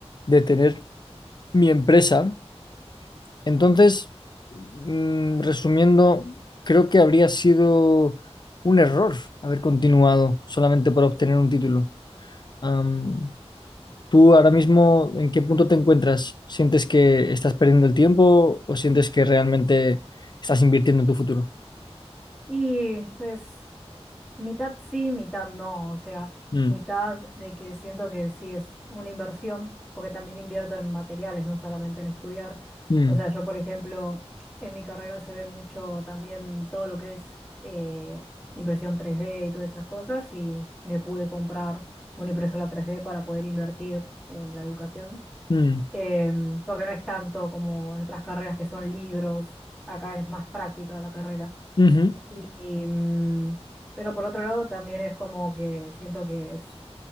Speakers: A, on the left; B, in the centre.
A: de tener mi empresa. Entonces, mm, resumiendo, creo que habría sido un error haber continuado solamente para obtener un título. Am, ¿tú ahora mismo en qué punto te encuentras? ¿Sientes que estás perdiendo el tiempo o sientes que realmente estás invirtiendo en tu futuro?
B: Y es mitad sí, mitad no. O sea,
A: Mm,
B: mitad de que siento que sí es una inversión, porque también invierto en materiales, no solamente en estudiar.
A: mm,
B: O sea, yo, por ejemplo, en mi carrera se ve mucho también todo lo que es eh, impresión tres d y todas esas cosas, y me pude comprar una impresora tres d para poder invertir en la educación,
A: mm.
B: Em, porque no es tanto como en otras carreras que son libros, acá es más práctica la carrera.
A: Ujú,
B: Y, y, mm, pero por otro lado, también es como que siento que es